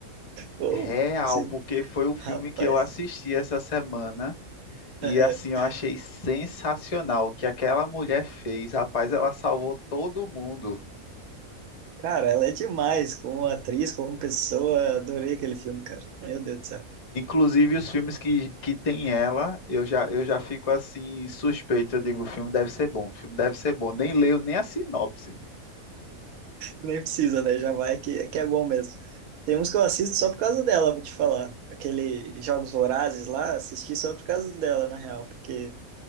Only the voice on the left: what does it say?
Real,
porque foi o filme
que eu assisti essa semana. E
assim, eu achei sensacional o que aquela mulher fez. Rapaz, ela salvou todo mundo.
Inclusive os filmes que, que tem ela, eu já, eu já fico assim suspeito. Eu digo, o filme deve ser bom, o filme deve ser bom. Nem leio nem a sinopse.